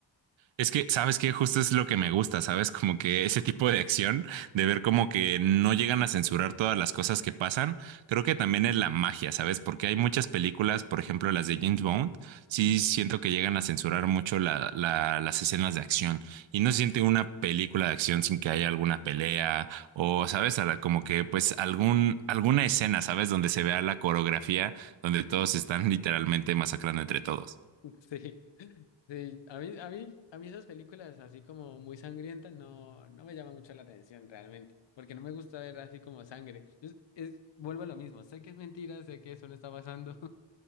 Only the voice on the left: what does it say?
Sí, sí, a mí, a mí, a mí esas películas así como muy sangrientas no, no me llaman mucho la atención realmente, porque no me gusta ver así como sangre. Es, es, vuelvo a lo mismo, sé que es mentira, sé que eso no está pasando,